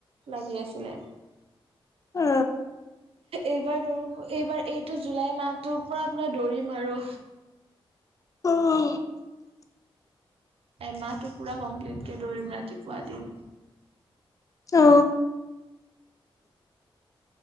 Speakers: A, on the right; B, on the left.
A: লাগি আছিলে
B: অ
A: এইবাৰ দৌৰিো এইবাৰ এইটো জুলাই মাহটো পুৰা পুৰা দৌৰিম আৰু
B: অ
A: এমাহটো পুৰা কমপ্লিট কেে লৰিম ৰাতিপুৱা দিন
B: অ